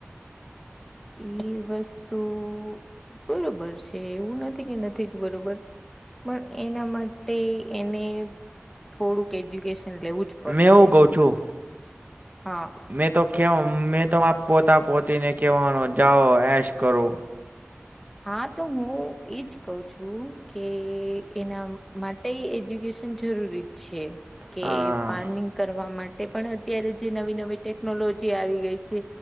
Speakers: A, in the centre; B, on the right (about 40°).
A: એ વસ્તુ બરોબર છે એવું નથી કે નથી જ બરોબર પણ એના માટે એને થોડુંક એજ્યુકેશન લેવું જ પડશે
B: મેં એવું કઉ છું
A: હા
B: મેં તો કે મેં તો પોતા પોતીને કહેવાનો જાઓ એશ કરો
A: હા તો હું એજ કઉ છું કે એના માટે તે એજ્યુકેશન જરૂરી છે કે
B: હા
A: પારમિંગ કરવા માટે પણ અત્યારે જે નવી નવી ટેકનોલોજી આવી ગઈ છે